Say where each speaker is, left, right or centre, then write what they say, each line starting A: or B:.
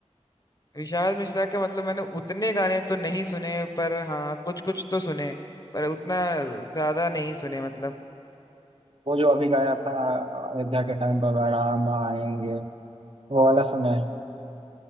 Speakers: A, on the left (about 30°); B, on the right (about 50°).
A: विशाल मिश्रा के मतलब मैंने उतने गाने तो नहीं सुने पर हाँ कुछ कुछ तो सुने पर उतना ज्यादा नहीं सुने मतलब
B: वो जो अभी गाया था अयोध्या के टाइम पर राम आएंगे वो वाला सुना है